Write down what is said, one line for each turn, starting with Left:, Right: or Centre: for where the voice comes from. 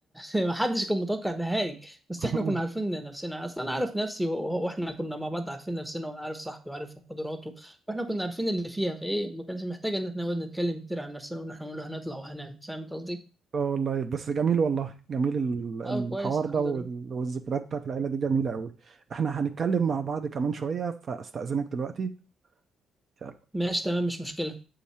Centre: آه، <laughs> ما حدش كان متوقع نهائي بس
Right: <laughs>
Centre: احنا كنا عارفين نفسنا اصلا انا عارف نفسي وهو- واحنا كنا مع بعض عارفين نفسنا وانا عارف صاحبي وعارف قدراته واحنا كنا عارفين اللي فيها فايه ما كانش محتاج ان احنا نقعد نتكلم كتير عن نفسنا وان احنا نقول هنطلع وهنعمل فاهم قصدي؟
Right: اه والله بس جميل والله جميل ال-
Centre: اه كويس
Right: الحوار
Centre: الحمد
Right: ده وال-
Centre: لله
Right: والذكريات بتاعت العيلة دي جميلة قوي احنا هنتكلم مع بعض كمان شوية فاستأذنك دلوقتي يلا.
Centre: ماشي تمام مش مشكلة